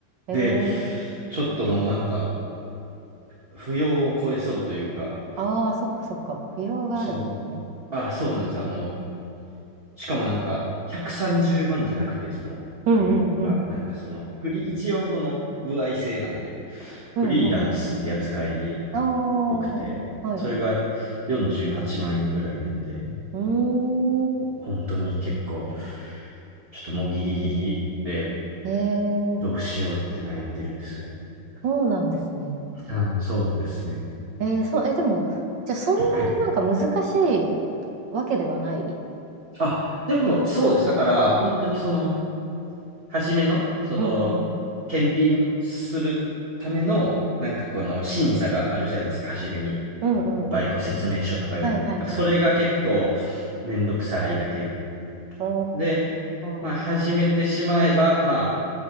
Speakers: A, on the right; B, on the right.
A: ええ
B: で、ちょっともうなんか、扶養を超えそうというか、
A: ああー、そっかそっか。扶養があるんですね。
B: そう、あ、そうなんです。あの、しかもなんか、130万じゅうまんじゃなくて、その、
A: うんうんうん。
B: 扶養が、なんかその、フリー、一応この、歩合制なんで、
A: うんうんうん。
B: フリーランスって扱い
A: ああ、
B: ぽくて、
A: はい。
B: それが48万円ぐらいなんで、
A: うーん。
B: 本当に結構、ちょっともうギリギリで
A: ええ
B: どうしようって悩んでるんですよね。
A: そうなんですね。
B: はい、そうですね。
A: ええそう、え、でも、じゃあそんなになんか難しい
B: はい。
A: わけではない。
B: あ、でもそうです。だから、本当にその、初めの、その、
A: うんうん。
B: 検品するための、なんかこの審査があるじゃないですか、初めに。
A: うんうんうんうん。
B: いっぱいこう説明書とか読んで。
A: はいはいはい。
B: だからそれが結構めんどくさいだけ
A: お
B: で、まあ始めてしまえば、
A: ー。
B: ま